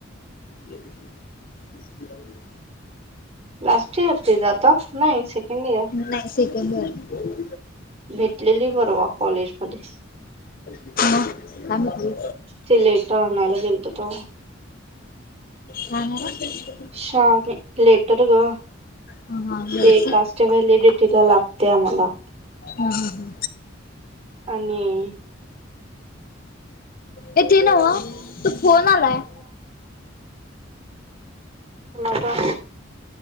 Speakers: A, on the left (about 45°); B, on the right (about 30°).
A: ये भी ठीक इ <unintelligible>
B: लास्ट इयर ते जात नाही सेकंड इयर.
A: नाय सेकंड इयर
B: भेटलेली परवा कॉलेज मध्ये
A: मग काय म्हंटली
B: ते लेटर आणायला गेलतो तव्हा
A: हा हा हा <inaudible>
B: शा म लेटर ग
A: हा हा लवची
B: ते कास ते व्हॅलिडिटी ला लागते आम्हाला.
A: ह ह ह.
B: आणि
A: ये ते न्हव तू फोन आलाय.
B: कुणाचा?